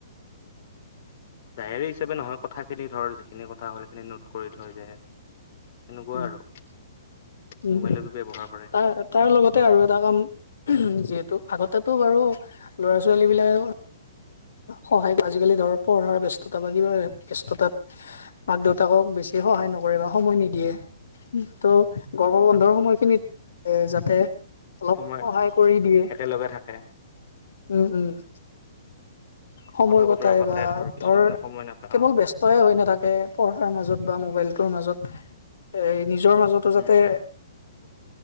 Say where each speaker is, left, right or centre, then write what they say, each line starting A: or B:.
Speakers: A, on the left (about 50°); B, on the left (about 75°).
A: <inaudible> ডায়েৰী হিচাপে নহয় কথাখিনি ধৰ যিখিনি কথা হ'ল সেইখিনি নোট কৰি থৈ যায় এনেকুৱা
B: উম
A: আৰু মোবাইলতো
B: উম
A: ব্যৱহাৰ কৰে সেইবোৰ
B: তাৰ তাৰ লগতে আৰু এটা কাম যিহেতু আগতেটো বাৰু ল'ৰা ছোৱালী
A: উম উম
B: বিলাকেও সহায় আজিকালি ধৰ পঢ়াৰ ব্যস্ততা বা কিবা ব্যস্ততাত মাক দেউতাকক বেছি সহায়
A: অহ
B: নকৰে বা সময় নিদিয়ে ত' গৰামৰ বন্ধৰ
A: অহ
B: সময়খিনিত যাতে অলপ
A: সময়
B: সহায় কৰি দিয়ে।
A: একেলগে থাকে
B: উম', উম' সময়
A: কথা বতৰা
B: কটাই
A: পাতে
B: বা
A: কিছুমানে
B: ধৰ
A: সময় নাপায়
B: কেৱল
A: অ
B: ব্যস্তয়ে হৈ নাথাকে পঢ়াৰ মাজত বা মোবাইলটোৰ মাজত এ নিজৰ মাজতো
A: উম
B: যাতে
A: উম